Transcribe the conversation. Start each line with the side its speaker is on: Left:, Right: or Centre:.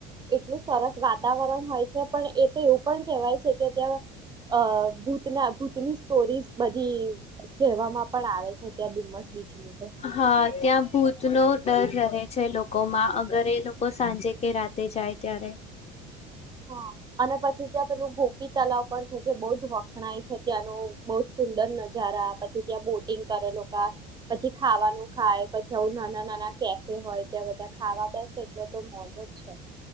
Right: એટલું સરસ વાતાવરણ હોય છે પણ એ તો એવું પણ કેહેવાય છે કે ત્યાં અ ભૂતના ભૂતની સ્ટોરીઝ બધી કહેવામાં પણ આવે છે ત્યાં ડુમસ બીચની તો.
Left: હા ત્યાં ભૂતનો ડર રહે છે લોકોમાં અગર એ લોકો સાંજે કે રાતે જાય ત્યારે.
Right: હા અને પછી ત્યાં પેલું ગોપી તલાવ પણ છે જે બહ જ વખણાય છે ત્યાંનું બહ જ સુંદર નજારા પછી ત્યાં બોટિંગ કરેલ પછી. ખાવાનું ખાય પછી હું નાના નાના. કેફે હોય ત્યાં બધા ખાવા બેસે એટલે તો મોજ જ છે.